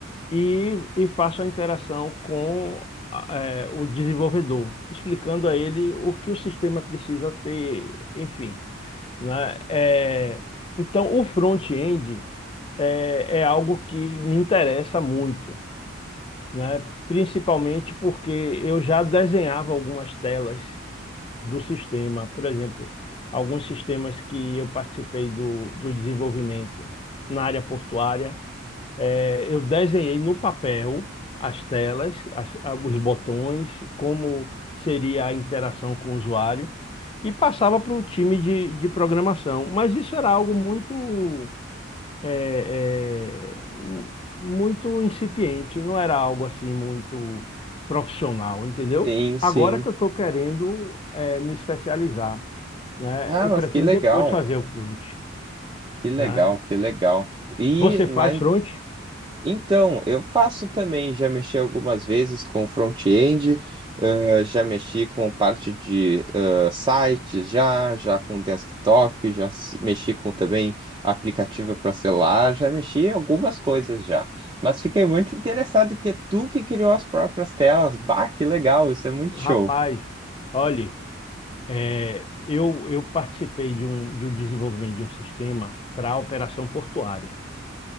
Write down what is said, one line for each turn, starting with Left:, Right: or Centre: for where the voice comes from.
Left: e, e faço a interação com ah, eh, o desenvolvedor, explicando a ele o que o sistema precisa ter, enfim né? É, então, o front-end é, é algo que me interessa muito, né? Principalmente porque eu já desenhava algumas telas do sistema, por exemplo, alguns sistemas que eu participei do, do desenvolvimento na área portuária. É, eu desenhei no papel as telas, as- a- os botões, como seria a interação com o usuário, e passava para o time de, de programação. Mas isso era algo muito, é, é, mu- muito incipiente, não era algo assim muito profissional, entendeu?
Right: Sim, sim.
Left: Agora que eu estou querendo, é, me especializar, né?
Right: Ah,
Left: Eu
Right: mas
Left: pretendo
Right: que legal,
Left: depois fazer o front,
Right: que legal,
Left: né?
Right: que legal. E
Left: Você faz
Right: mas
Left: front?
Right: Então, eu faço também, já mexi algumas vezes com front-end, eh, já mexi com parte de eh, sites, já, já com desktop, já se- mexi com também aplicativo para celular, já mexi em algumas coisas já. Mas fiquei muito interessado que é tu que criou as próprias telas. Bah, que legal, isso é muito show.
Left: Rapaz, olhe. É, eu, eu participei de um, de um desenvolvimento de um sistema para a operação portuária.